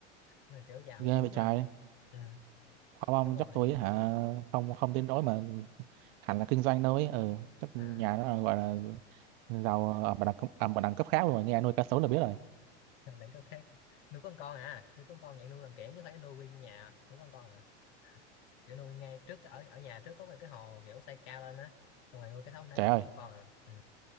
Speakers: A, on the left; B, on the right.
A: Nên là kiểu giàu
B: ghê
A: cũng đúng
B: vậy trời
A: à ừ.
B: không ông
A: đúng rồi
B: chắc tôi hả không không đến nỗi mà hẳn là kinh doanh đâu ấy ừ chắc nhà
A: à
B: nó là gọi là giàu ở một đẳng cấp ở một đẳng cấp khác luôn nghe nuôi cá sấu là biết rồi
A: <laughs> đẳng cấp khác nuôi con con à nuôi con con dạng nuôi làm kiểng chứ không phải nuôi nguyên nhà nuôi con con à kiểu nuôi ngay trước ở ở nhà trước có một cái hồ kiểu xây cao lên á xong rồi nuôi cái thống đấy
B: Trời ơi,
A: có một con à ừ.